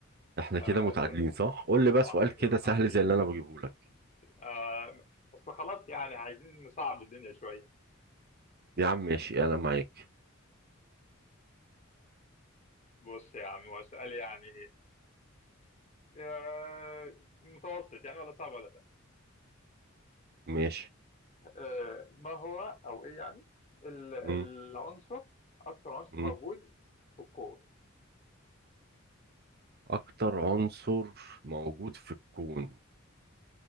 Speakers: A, on the right; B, on the left.
A: احنا
B: آه
A: كده متعادلين
B: إنت-
A: صح قول لي بقى
B: آه،
A: سؤال
B: احنا كده
A: كده
B: متعادلين
A: سهل زي اللي انا بجيبه لك
B: آه بس خلاص يعني عايزين نصعب الدنيا شويه
A: يا عم ماشي انا معاك
B: فبص يا عم هو سؤال يعني آه، متوسط يعني ولا صعب ولا سهل
A: ماشي
B: آه، ما هو او ايه يعني ال- العنصر
A: مم.
B: اكتر عنصر
A: مم.
B: موجود في الكون
A: اكتر عنصر موجود في الكون